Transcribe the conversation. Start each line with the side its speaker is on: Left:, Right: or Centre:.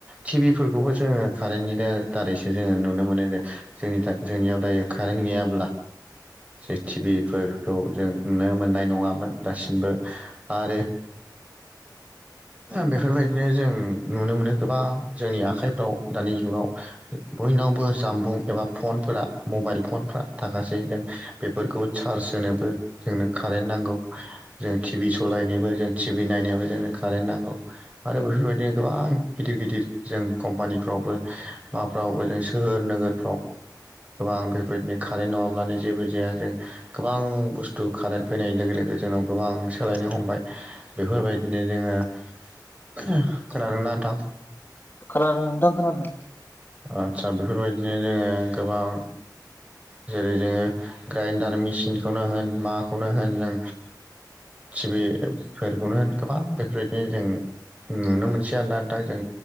Right: टिभिफोरखौबो जोङो कारेन्टनि दा दारैसो जोङो नुनो मोनो जे जोंनि जोंनियाव दायो कारेन्ट गैयाब्ला जे टिभिफोरखौ जों नुनो मोननाय नङामोन दासिमबो आरो बे बेफोरबायदिनो जों नुनो मोनो गोबां जोंनि आखाइफ्राव दानि जुगाव बयनावबो जामबुं एबा फनफोरा मबाइल फनफ्रा थाखासै जों बेफोरखौ चार्ज होनोबो जोंनो कारेन्ट नांगौ जों टिभि सालायनोबो जों टि भि नायनायाव जोंनो कारेन्ट नांगौ आरो बेफोरबायदिनो गोबां गिदिर गिदिर जों कम्पानिफ्रावबो माबाफ्रावबो जों सोहोर नोगोरफ्राव गोबां बेफोरबायदिनो कारेन्ट नङाब्लानो जेबो जाया जों गोबां बुस्थु खारेन्ट फैनाय लोगो लोगो जोंनाव गोबां सोलायनो हमबाय बेफोरबायदिनो जोङो <unintelligible> खोनादोंना थां
Left: खोनादों नोंथां खोनादों
Right: आदसा बेफोरबायदिनो जोङो गोबां जेरै जोङो ग्राइन्डार मेसिनखौनो होन मा खौनो होन जों टिभिफोरखौनो होन गोबां बेफोरबायदिनो जों नुनो मोनसै आरोना नोंथां जों